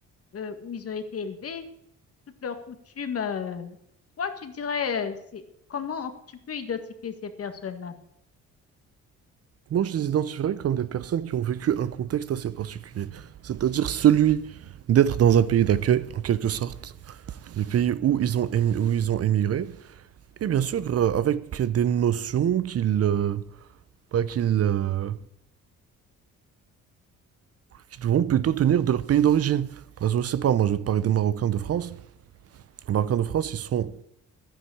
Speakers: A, on the left; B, on the right.
A: euh, où ils ont été élevés, toutes leurs coutumes. euh. toi, tu dirais, euh, c'est comment tu peux identifier ces personnes-là?
B: Moi, je les identifierais comme des personnes qui ont vécu un contexte assez particulier, c'est-à-dire celui d'être dans un pays d'accueil, en quelque sorte, le pays où ils ont émi- où ils ont émigré, et bien sûr euh, avec des notions qu'ils euh, bah, qu'ils euh, qu'ils vont plutôt tenir de leur pays d'origine. Par exemple, je sais pas, moi, je vais te parler des Marocains de France. Les Marocains de France, ils sont